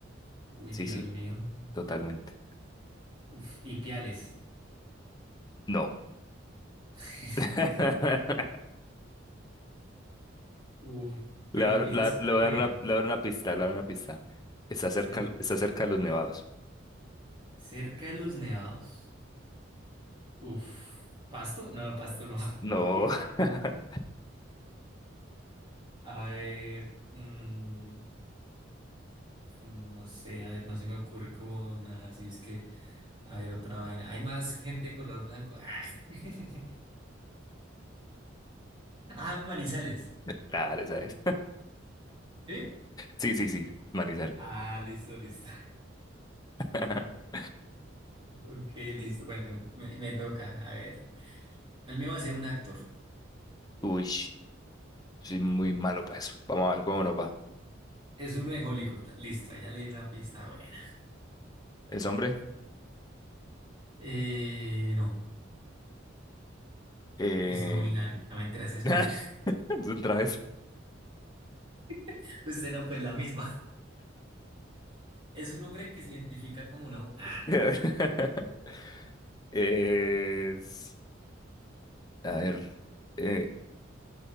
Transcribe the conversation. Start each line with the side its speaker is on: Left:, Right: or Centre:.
Right: Uy,
Left: sí,
Right: Dios
Left: sí,
Right: mío.
Left: totalmente.
Right: Uf. Y piales.
Left: No.
Right: <laughs>
Left: <laughs>
Right: Uf. Pero
Left: Le, voy a
Right: me
Left: dar
Right: dices
Left: la-
Right: que
Left: le
Right: es
Left: voy
Right: fría.
Left: a dar una, le voy a dar una pista, le voy a dar una pista. Está cerca,
Right: Sí.
Left: está cerca de los nevados.
Right: Cerca de los nevados. Uf. ¿Pasto? No, pasto no. <laughs>
Left: No. <laughs>
Right: A ver, mm, no sé, a ver, no se me ocurre como una, así es que, a ver, otra vaina. ¿Hay más gente de color blanco? Ah, <laughs> ah, Manizales.
Left: Claro, esa es.
Right: ¿Sí?
Left: Sí, sí, sí. Manizales.
Right: Ah, listo, listo. <laughs>
Left: <laughs>
Right: Ok, listo. Bueno, me, me toca. A ver. El mío va a ser un actor.
Left: Uy, soy muy malo para eso. Vamos a ver cómo nos va.
Right: Es uno de Hollywood. Listo, ahí ya le di una pista buena.
Left: ¿Es hombre?
Right: Eh, no,
Left: Eh...
Right: es no binario. No me enteras, es
Left: <laughs>
Right: mujer.
Left: Otra vez.
Right: <laughs> Usted no, pues la misma. Es un hombre que se identifica como una, ah,
Left: <laughs> Es. A ver. eh,